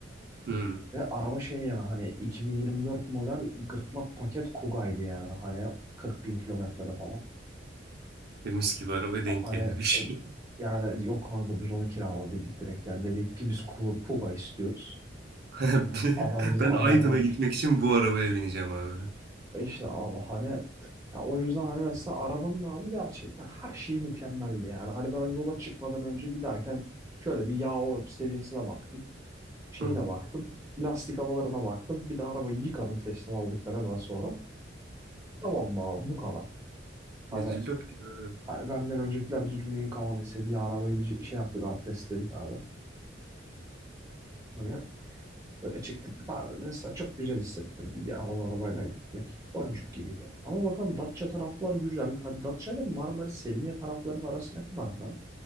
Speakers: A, on the right; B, on the right.
A: Hı.
B: Ve araba şey yani hani 2024 model gırtlak paket Kuga'ydı yani hani 40 bin kilometrede falan.
A: Temiz gibi araba denk
B: Hani
A: gelmiş.
B: e, yani yok kanka biz onu kiraladık direkt. Yani dedik ki biz Kuga Kuga istiyoruz.
A: <laughs>
B: Adam bizi
A: Ben
B: ayarlamıştı.
A: Aydın'a gitmek için bu arabaya bineceğim abi.
B: E İşte abi hani ya o yüzden hani mesela arabanın abi gerçekten her şeyi mükemmeldi yani. Hani ben yola çıkmadan önce giderken şöyle bir yağ or- seviyesine baktım. Şeyine
A: Hı.
B: baktım. Lastik havalarına baktım. Bir de arabayı yıkadım teslim aldıkları hemen sonra. Tamam mı abi bu kadar. Hani,
A: E, Cillop. e,
B: hani benden öncekiler düzgün yıkamadıysa diye arabayı bir şey yaptık abdestledik abi. Hani Böyle çıktık. ben Mesela çok güzel hissettirdi ya o arabayla gitmek. Boncuk gibiydi. Ama bakalım Datça taraflar güzel. Hani Datça ile Marmaris Selimiye taraflarının arası ne kadar da?